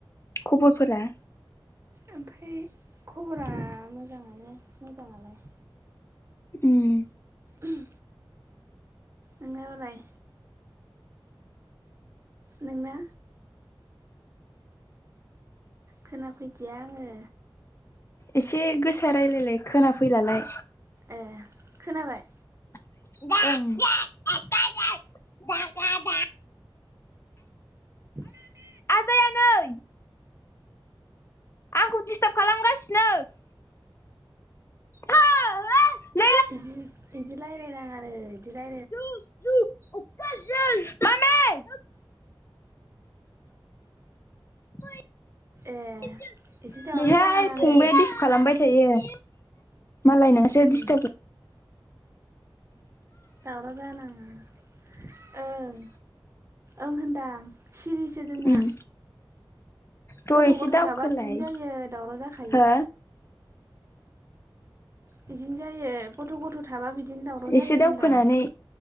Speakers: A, on the left; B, on the right.
A: खबरफोरा।
B: ओमफ्राय खबरा मोजाङानो मोजाङालाय।
A: उम
B: उम नोंथांनालाय? नोंना खोनाफैदिया आङो।
A: एसे गोसा रायलायलाय खोना फैलालाय।
B: ए खोनाबाय?
A: <unintelligible>
B: <inaudible>
A: आजाया नै आंखौ दिस्टार्ब खालामगासिनो ओ है
B: बिदि बिदि रायलायनाङानो बिदि
A: जुब जुब अखा जों मामे <inaudible>
B: ए
A: बेहाय
B: इदि दावराव जानाङानो
A: फंबाया दिसब खालामबाय थायो मालाय नसो
B: उम
A: दिडिस्टाब
B: दावराव जानाङा ओं ओं होनदां सिरिसो जोंना
A: उम थ'
B: गथ'
A: एसे
B: गथ'
A: दावखोलाय
B: थाबा बिदिनो जायो दावराव जाखायो
A: हो
B: बिदिनो जायो गथ' गथ' थाबा बिदिनो दावराव
A: एसे
B: जायो
A: दावखोनानै
B: होनदां